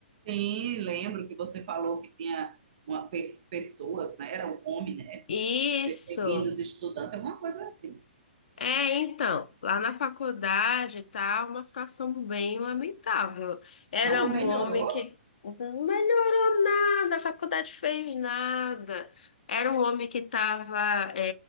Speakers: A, on the right; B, on the left.
A: Sim, lembro que você falou que tinha uma, pe- pessoas, né? Era um homem, né?
B: Isso.
A: Perseguindo os estudantes, alguma coisa assim.
B: É, então, lá na faculdade tá uma situação bem lamentável. Era
A: Não, não
B: um
A: melhorou?
B: homem que não melhorou nada, a faculdade fez nada. Era um homem que estava,